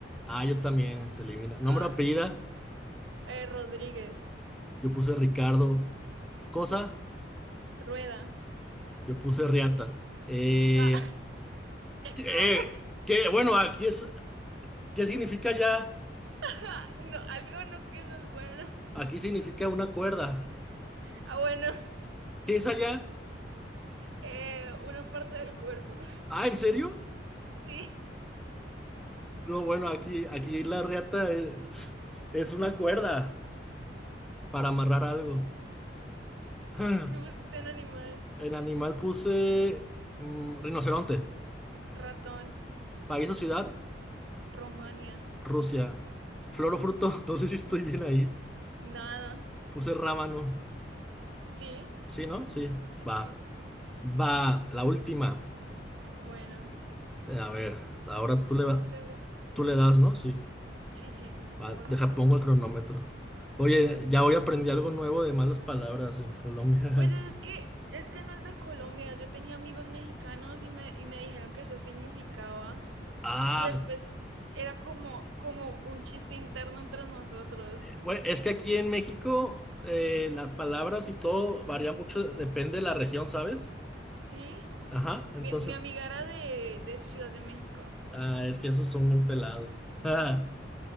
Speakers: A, in the centre; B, on the right (about 80°).
A: Ah, yo también. Se elimina. Nombre,
B: Ah,
A: apellido.
B: eh, Rodríguez.
A: Yo puse Ricardo. Cosa.
B: Rueda.
A: Yo puse riata. Eh,
B: Ah,
A: eh,
B: <laughs> ¿cómo?
A: ¿qué? Bueno, aquí es, ¿qué significa allá?
B: <laughs> Ah, No, algo no que no es bueno.
A: Aquí significa una cuerda.
B: Ah, bueno,
A: ¿Qué es allá?
B: eh, una parte del cuerpo. <laughs>
A: Ah, ¿en serio?
B: Sí,
A: No, bueno, aquí, aquí la riata es, es una cuerda para amarrar algo. <laughs>
B: que pusiste en animal.
A: El animal puse mm, rinoceronte.
B: Ratón,
A: País o ciudad,
B: Romania,
A: Rusia. Flor o fruto, <laughs> no sé si estoy bien ahí.
B: nada.
A: Puse rábano.
B: Sí,
A: ¿Sí, no? Sí.
B: sí, sí.
A: Va. Va, la última.
B: Bueno,
A: A ver, ahora tú le
B: un
A: vas.
B: segundo.
A: Tú le das, ¿no? Sí.
B: Sí, sí, borro
A: Va, deja,
B: todo.
A: pongo el cronómetro. Oye,
B: Vale.
A: ya hoy aprendí algo nuevo de malas palabras en Colombia. <laughs>
B: Pues es que es que no es de Colombia. Yo tenía amigos mexicanos y me, y me dijeron que eso significaba.
A: Ah,
B: Y después era como, como un chiste interno entre nosotros.
A: bueno, es que aquí en México eh, las palabras y todo varía mucho, depende de la región, ¿sabes?
B: ¿Sí?
A: Ajá, entonces,
B: Mi, mi amiga era de, de Ciudad de México.
A: ah, es que esos son bien pelados. Ah,